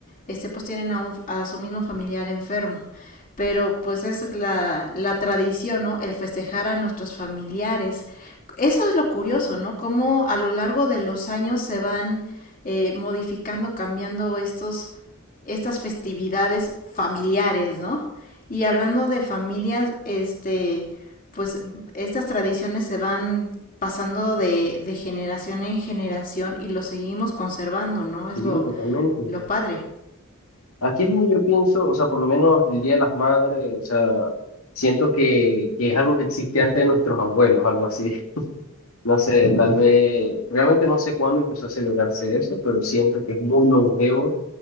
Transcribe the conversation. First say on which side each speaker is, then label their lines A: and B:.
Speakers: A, on the left; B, on the left.
A: este, pues tienen a, un- a su mismo familiar enfermo. Pero pues esa es la, la tradición, ¿no? El festejar a nuestros familiares eso es lo curioso, ¿no? Cómo a lo largo de los años se van eh, modificando, cambiando estos, estas festividades familiares, ¿no? Y hablando de familias, este, pues estas tradiciones se van pasando de, de generación en generación y lo seguimos conservando, ¿no? Es
B: Y
A: lo,
B: digo totalmente.
A: lo padre.
B: Aquí es donde yo pienso, o sea, por lo menos el Día de las Madres, o sea, siento que, que es algo que existía antes de nuestros abuelos, algo así. <laughs> No sé, tal vez, realmente no sé cuándo empezó a celebrarse eso, pero siento que es muy longevo